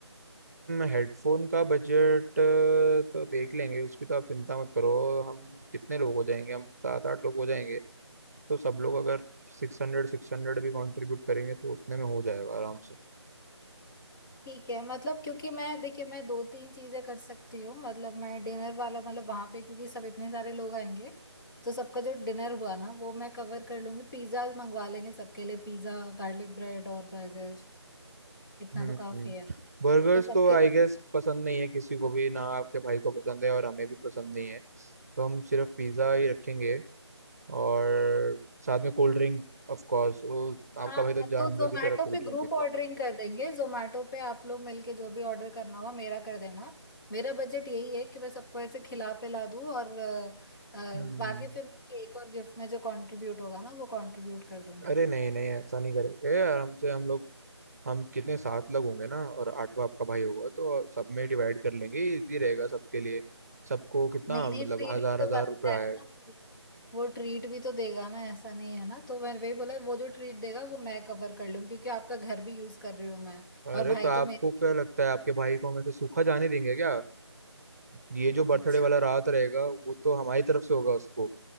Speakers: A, on the right (about 35°); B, on the left (about 45°).
A: हेडफोन का बजट तो देख लेंगे उसकी तो आप चिंता मत करो हम कितने लोग हो जाएंगे हम सात आठ लोग हो जाएंगे तो सब लोग अगर सिक्स हंड्रेड सिक्स हंड्रेड भी कंट्रीब्यूट करेंगे तो उतने में हो जाएगा आराम से
B: ठीक है मतलब क्योंकि मैं देखिए मैं दो तीन चीजें कर सकती हूँ मतलब मैं डिनर वाला मतलब वहां पे क्योंकि सब इतने सारे लोग आएंगे तो सबका जो डिनर हुआ ना वो मैं कवर कर लूंगी पिज्जा मंगवा लेंगे सबके लिए पिज्जा गार्लिक ब्रेड और बर्गर इतना
A: हम्म
B: तो
A: हम्म।
B: काफी है
A: बर्गर्स
B: तो सबके
A: तो आई गेस पसंद नहीं है किसी को भी ना आपके भाई को पसंद है और हमें भी पसंद नहीं है तो हम सिर्फ पिज़्ज़ा ही रखेंगे और साथ में कोल्ड ड्रिंक ऑफ कोर्स वो आपका
B: हाँ
A: भाई तो
B: हाँ
A: जानवर
B: तो जोमेटो
A: की तरह कोल्ड
B: पे
A: ड्रिंक
B: ग्रुप
A: पीता
B: ऑर्डरिंग
A: है
B: कर देंगे जोमेटो पे आप लोग मिलके जो भी ऑर्डर करना होगा मेरा कर देना मेरा बजट यही है कि मैं सबको ऐसे खिला पिला दूँ और अ, अ,
A: हम्म
B: बाकी फिर मैं केक और गिफ्ट में जो कंट्रीब्यूट होगा ना वो कंट्रीब्यूट कर दूंगी
A: अरे नहीं नहीं ऐसा नहीं करेंगे आराम से हम लोग हम कितने सात लोग होंगे ना और आठवां आपका भाई होगा तो सब में डिवाइड कर लेंगे इजी रहेगा सबके लिए सबको कितना
B: नहीं नहीं
A: मतलब
B: ट्रीट
A: हजार
B: भी तो
A: हजार
B: बनता
A: रुपये
B: है
A: आएगा
B: ना वो ट्रीट भी तो देगा ना ऐसा नहीं है ना तो मैंने वही बोला वो जो ट्रीट देगा वो मैं कवर कर लूँ क्योंकि आपका घर भी यूज कर रही हूँ मैं
A: अरे
B: और भाई
A: तो आपको
B: तो मेरे
A: क्या लगता है आपके भाई को हम ऐसे सूखा जाने देंगे क्या ये जो बर्थडे
B: अच्छा
A: वाला रात रहेगा वो तो हमारी तरफ से होगा उसको